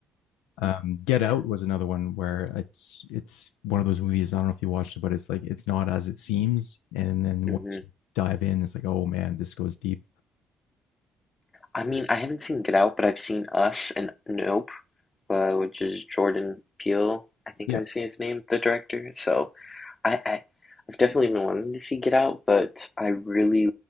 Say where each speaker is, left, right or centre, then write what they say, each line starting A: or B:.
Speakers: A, on the left; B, on the left.
A: Um, Get Out was another one where it's it's one of those movies. I don't know if you watched it, but it's like it's not as it seems, and then
B: hmm
A: once you dive in, it's like, oh man, this goes deep.
B: I mean, I haven't seen Get Out, but I've seen Us and Nope, uh, which is Jordan Peele. I think
A: Yeah.
B: I've seen his name, the director. So I, I I've definitely been wanting to see Get Out, but I really